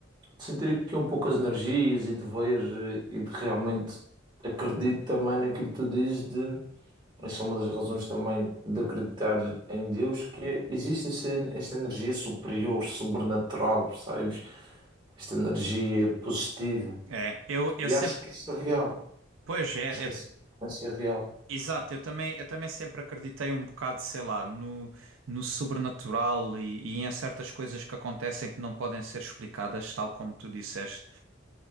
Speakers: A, on the right (about 25°); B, on the right (about 80°).
A: De sentir aqui um pouco as energias e de ver eh, e de realmente acredito também naquilo que tu dizes de essa é uma das razões também de acreditar em Deus, que é- existe essa- esta energia superior, sobrenatural, percebes? Esta energia positiva.
B: É, eu, eu
A: E
B: sempre,
A: acho que isso é real.
B: pois é,
A: Acho que
B: eu
A: a sequência
B: te-
A: real.
B: exato, eu também, eu também sempre acreditei um bocado, sei lá, no, no sobrenatural e, e em certas coisas que acontecem que não podem ser explicadas, tal como tu disseste.